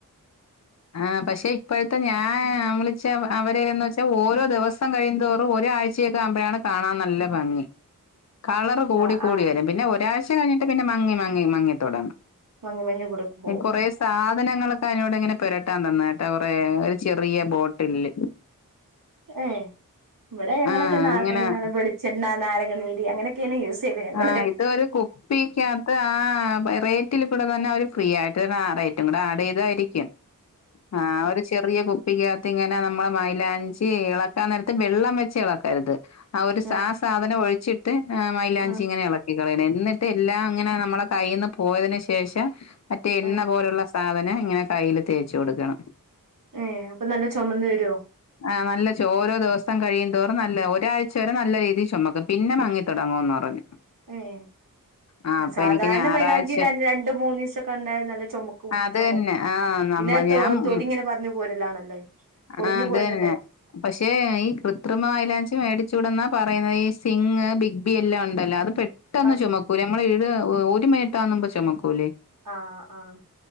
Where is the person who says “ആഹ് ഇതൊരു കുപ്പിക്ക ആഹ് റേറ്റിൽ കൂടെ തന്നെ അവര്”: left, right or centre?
Left